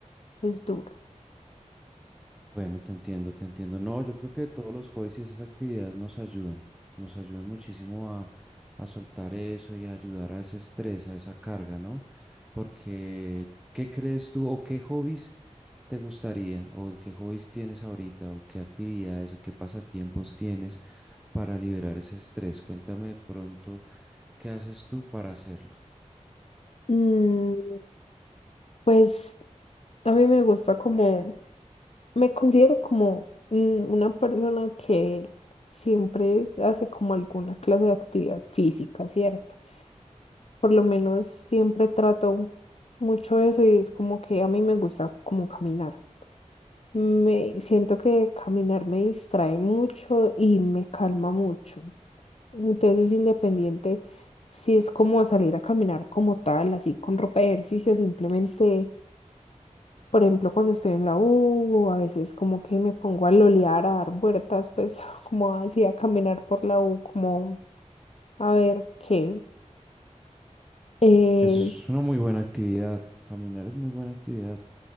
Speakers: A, on the left; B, in the centre.
A: es duro.
B: Bueno, te entiendo, te entiendo. No, yo creo que todos los hobbies y esas actividades nos ayudan, nos ayudan muchísimo a, a soltar eso y a ayudar a ese estrés, a esa carga, ¿no? Porque, ¿qué crees tú o qué hobbies te gustaría o qué hobbies tienes ahorita o qué actividades o qué pasatiempos tienes para liberar ese estrés? Cuéntame de pronto qué haces tú para hacerlo.
A: Mm, pues a mí me gusta como Me considero como mm, una persona que siempre hace como alguna clase de actividad física, ¿cierto? Por lo menos siempre trato mucho eso y es como que a mí me gusta como caminar. Me siento que caminar me distrae mucho y me calma mucho. Entonces, independiente si es como salir a caminar como tal, así con ropa de ejercicio, simplemente por ejemplo, cuando estoy en la U, a veces como que me pongo a lolear, a dar vueltas, pues <laughs> como así a caminar por la U, como a ver qué. Eh,
B: Eso es una muy buena actividad, caminar es muy buena actividad.